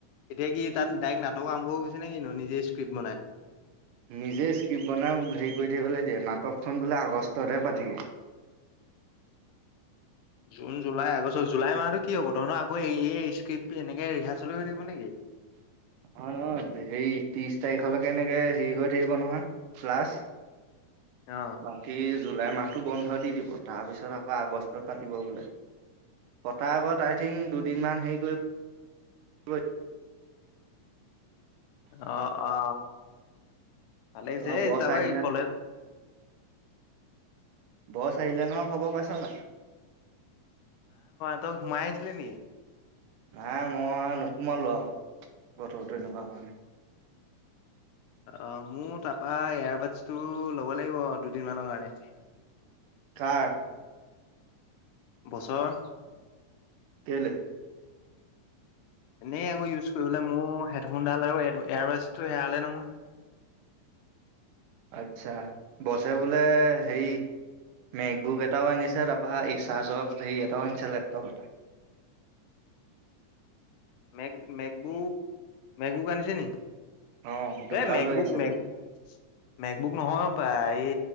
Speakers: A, on the left (about 80°); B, on the right (about 80°).
A: এতিয়া কি তাত ডাইৰেক্ট নাটকো আৰম্ভ হৈ গৈছে নে কি নো নিজে স্কিপ্ট বনাই।
B: নিজে স্ক্ৰিপ্ট বনাই হেৰি কৰি থাকিবলৈ দিয়ে নাটকখন বোলে আগষ্টতহে পাতিব।
A: জুন জুলাই আগষ্ট জুলাই মাহতো কি হ'ব তহঁতৰ আকৌ এই স্ক্ৰিপ্ট এনেকে ৰিহাৰ্চল হৈ থাকিব নেকি
B: অ ন হেৰি ত্ৰিশ তাৰিখলৈকে এনেকে হেৰি হৈ থাকিব নহয় ক্লাছ।
A: অ
B: বাকি জুলাই মাহটো বন্ধ দি দিব তাৰপিছত আকৌ আগষ্টত পাতিব বোলে পতাৰ আগত আই থিংক দুদিনমান হেৰি কৰিব।
A: অ অ ভালে হৈছে
B: তাৰপৰা বছ
A: তাপাই
B: আহিলে
A: কলে
B: বছ আহিলে নহয় খবৰ পাইছ নাই
A: ত সোমাইজিলে নি
B: নাই মই নোসোমালো আৰু বতৰটো এনেকুৱা কাৰণে
A: অ মোৰ তাৰপৰা এয়াৰবাডছটো ল'ব লাগিব দুদিনমানৰ কাৰণে
B: কাৰ
A: বছৰ
B: কেলে
A: এনেই আকৌ ইউজ কৰিবলৈ মোৰ হেডফোনডাল আৰু এয়াৰবডছটো হেৰালে নহয়।
B: আচ্ছা বছে বোলে হেই মেকবুক এটাও আনিছে তাৰপৰা এই চাৰজফ হেৰি এটাও আনিছে লেপটপ এটা
A: মে মেকবুক মেকবুক আনিছে নি
B: অ' দুটা
A: এ মেকবুক
B: লৈ আহিছে
A: মেবুক
B: বোলে।
A: মেকবুক নহয় এই